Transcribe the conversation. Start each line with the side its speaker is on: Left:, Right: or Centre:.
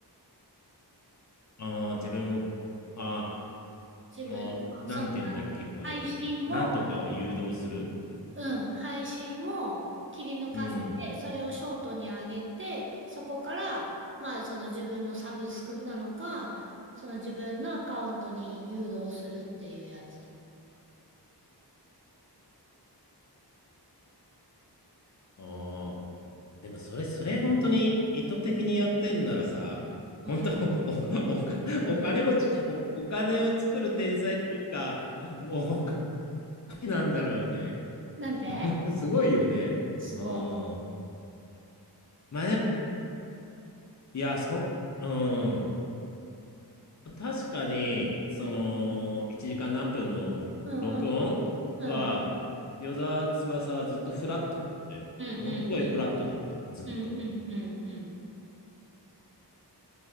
Left: ああ、自分を、あ
Right: 自分の、
Left: あ、もう、なんて言うんだっけ、
Right: その、あの配信も、
Left: こういうのって。なんとかを誘導する。
Right: うん、配信も切り抜かせて、
Left: うん。
Right: それをショートに上げて、そこから、まあ、その自分のサブスクなのか、その自分のアカウントに誘導するっていうやつ。
Left: ああ、でもそれ、それ本当に意図的にやってんならさ、
Right: うん。
Left: 本当、お、お、おお金持ち、お、お金を作る天才っていうか、もうお金なんだろうね。
Right: なんて
Left: お <laughs> すごいよね。
Right: すごい。
Left: うん。まあでも、いや、そ、うん。確かに、その、
Right: うん。
Left: 1時間何分の録音は、
Right: うんうんうん。うん
Left: 与沢翼はずっとフラットだったよ。
Right: うん
Left: ものすごいフラットだった、ずっと。
Right: うんうんうんうん